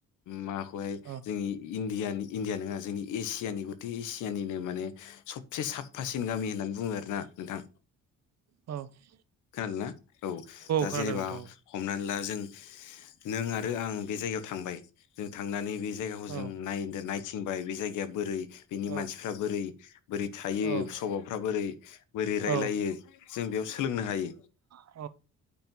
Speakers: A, on the left; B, on the right.
A: माबाखौहाय
B: औ
A: जोंनि इण्डियानि इण्डिया नङा जोंनि एसियानि गथै एसियानिनो माने सबसे साफफासिन गामि होननानै बुङो आरोना नोंथां
B: औ
A: खोनादोंना औ दा
B: खोनादों
A: जेनेबा
B: नोंथां
A: हमनानै ला जों नों आरो आं बे जायगायाव थांबाय जों थांनानै बे जायगाखौ
B: औ
A: जों नायदो नाय थिंबाय बे जायगाया बोरै बेनि
B: औ
A: मानसिफ्रा बोरै बोरै थायो
B: औ
A: सभाबफ्रा बोरै बोरै रायलायो
B: औ
A: जों बेयाव सोलोंनो हायो।
B: औ खोनादों औ खोनादों औ